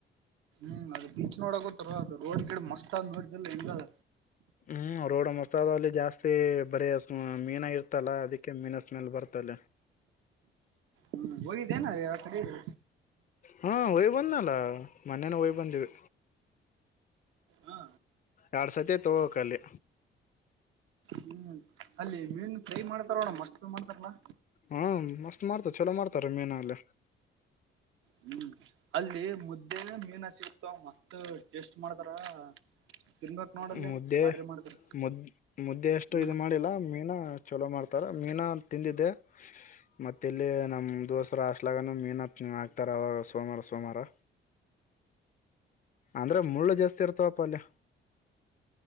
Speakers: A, on the right; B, on the left.
A: ಹ್ಮ್ ಅದು ಬೀಚ್ ನೋಡಕತ್ತರ ಅದು ರೋಡ್ ಗಿಡ ಮಸ್ತ್ ಅಂದ ನೋಡ್ ಹೆಂಗಲ್ಲ
B: ಹ್ಮ್ ರೋಡ್ ಮೊಸಾದ ಅಲ್ಲಿ ಜಾಸ್ತಿ ಬರೀ ಮೀನ ಇರ್ತಲ್ಲ ಅದಕ್ಕೆ ಮೀನ ಸ್ಮೆಲ್ ಬರ್ತಲ್ಲ
A: ಹ್ಮ್ ಹೋಗಿದ್ದೇನ ಅಕಾಡೆಗಿ
B: ಹಾಂ ಯ್ ಬಂದನಲ್ಲ ಮೊನ್ನೇನ ಹಯ್ ಬಂದೀವಿ
A: ಹಾ
B: ಎರಡ್ ಸತಿ ತಗೋಕಲ್ಲಿ
A: ಹ್ಮ್ ಅಲ್ಲಿ ಮೀನು ಫ್ರೈ ಮಾಡ್ತಾರೋಣ್ಣ ಮಸ್ತ್ ಮಾಡ್ತಾರಲ್ಲಾ
B: ಹ್ಮ ಮಸ್ತ್ ಮಾಡ್ತಾರ ಚಲೋ ಮಾಡ್ತಾರ ಮೀನ ಅಲ್ಲ
A: ಹ್ಮ್ ಅಲ್ಲಿ ಮುದ್ದೆ ಮೀನಾ ಸಿಗ್ತ ಮತ್ತತ್ ಟೇಸ್ಟ್ ಮಾಡ್ತಾರ ತಿನ್ಬೇಕ್ ನೋಡಲ್ಲಿ
B: ಮುದ್ದೆ
A: ಬಾರಿ ಮಾಡ್ತಾರ
B: ಮುದ್ ಮುದ್ದೆ ಎಷ್ಟು
A: ಹ್ಮ್
B: ಇದು ಮಾಡಿಲ್ಲ ಮೀನಾ ಚಲೋ ಮಾಡ್ತಾರೆ ಮೀನ ತಿಂದಿದ್ದೆ ಮತ್ತ ಇಲ್ಲಿ ನಮ್ ದೋಸ್ರ ಅಷ್ಟಲಗನ ಮೀನು ಹಕ್ತಾರ ಅವಾಗ ಸೋಮವಾರ ಸೋಮವಾರ
A: ಹ
B: ಅಂದ್ರೆ ಮುಳ್ಳು ಜಾಸ್ತಿ ಇರ್ತಾವಪ್ಪ ಅಲ್ಲಿಯ